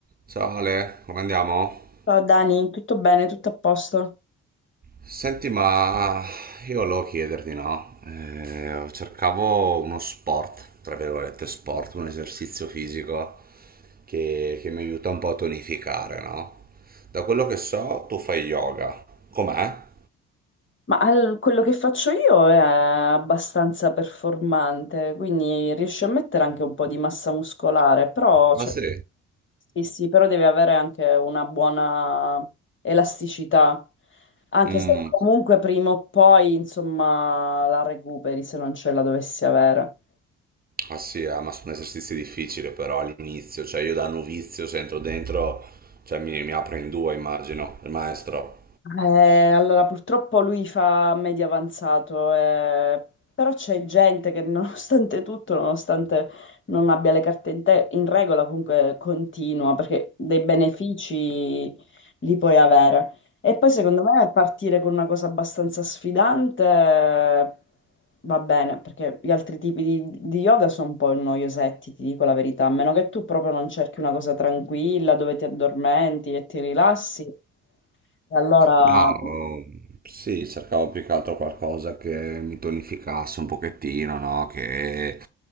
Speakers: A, on the right; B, on the left.
A: Ciao Ale, come andiamo?
B: Ciao Dani, tutto bene, tutto a posto?
A: Senti, ma io volevo chiederti, no? Eh, cercavo uno sport, tra virgolette sport, un esercizio fisico che, che mi aiuta un po' a tonificare, no? Da quello che so, tu fai yoga. Com'è?
B: Ma al- quello che faccio io è abbastanza performante, quindi riesci a mettere anche un po' di massa muscolare, però,
A: Ah
B: cioè,
A: sì?
B: sì, sì, però deve avere anche una buona elasticità, anche
A: Mm,
B: se comunque prima o poi, insomma, la recuperi se non ce la dovessi avere.
A: ah sì, eh, ma sono esercizi difficili però all'inizio, cioè io da novizio se entro dentro, cioè mi, mi apre in due, immagino, il maestro.
B: Eh, allora, purtroppo lui fa medio avanzato, eh, però c'è gente che <laughs> nonostante tutto, nonostante non abbia le carte in, te- in regola, comunque continua, perché dei benefici li puoi avere. E poi secondo me partire con una cosa abbastanza sfidante eh, va bene, perché gli altri tipi di, di yoga sono un po' noiosetti, ti dico la verità, a meno che tu proprio non cerchi una cosa tranquilla dove ti addormenti e ti rilassi. E Allora,
A: No, sì, cercavo più che altro qualcosa che mi tonificasse un pochettino, no? Che,